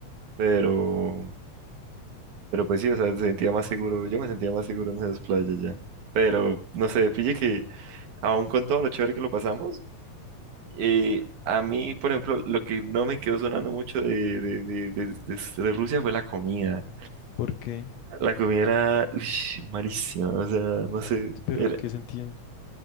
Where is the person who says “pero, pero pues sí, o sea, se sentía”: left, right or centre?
Right